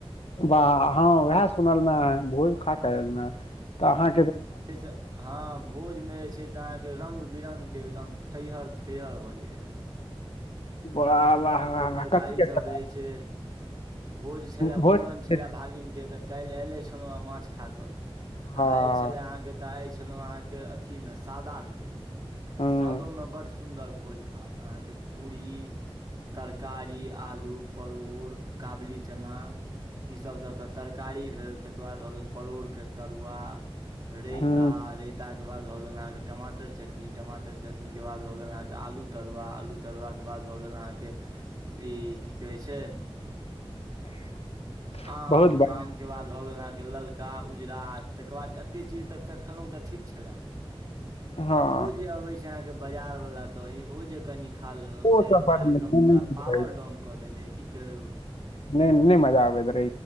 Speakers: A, on the left (about 80°); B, on the right (about 35°).
A: वाह हॅं उएह सुनल मे भोज खा क एल न तऽ अहाँ
B: जे से हँ भोजमे जे छै से अहाँके रङ्ग बिरङंग के एकदम थैहर थैहर भऽ जाइया
A: वाह
B: रंग बिरंग
A: वाह वाह
B: के तरकारी
A: वाह कथी के छले
B: सब रहै छै भोज छले
A: भोज
B: मूड़न छले भागिन के तऽ काल्हि एले छलौ हन माछ खऽ कऽ
A: हँ
B: आइ छलै अहाँक तऽ आइ छलौ अहाँकेँ अथिमे सादा मे तऽ
A: हूँ
B: सादो मे बड सुन्दर भोज भात अहाँके पूरी तरकारी आलू परोड़ काबली चना ईसभ दऽ कऽ तरकारी भेल तेकर बाद भऽ गेल परोड़के तरुआ रयता
A: हूँ
B: रयता ओकर बाद भऽ गेल अहाँ के टमाटर चटनी टमाटर चटनी के बाद भऽ गेल आलु तरूआ आलु तरूआ के बाद भऽ गेल ई कि कहय छै
A: <unintelligible>
B: आम
A: बहुत बढ़िया
B: आम के बाद भऽ गेल अहाँक ललका उजरा तकर बाद एते चीज तक तऽ खेलहुँ तऽ ठीक छलै
A: हँ
B: आ ओ जे अबै छै अहाँके बाजार वला दही ओ जे कनि खा लेलहुँ
A: ओ
B: से
A: सब
B: हमरा
A: पर
B: एकदम
A: नहि
B: पूरा पावर डाउन कऽ देनेइ की कहियौ
A: नहि नहि मजा आबैत रहय